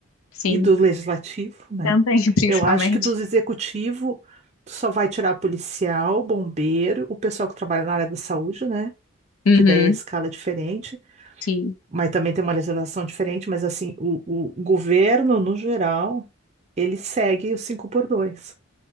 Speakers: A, on the left; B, on the right.
A: Sim,
B: e do legislativo, né?
A: também, <laughs> principalmente.
B: Eu acho que do executivo tu só vai tirar policial, bombeiro, o pessoal que trabalha na área da saúde, né?
A: Uhum,
B: que daí é a escala é diferente,
A: sim.
B: mas também tem uma legislação diferente, mas assim, o, o governo, no geral, ele segue o 5 por 2.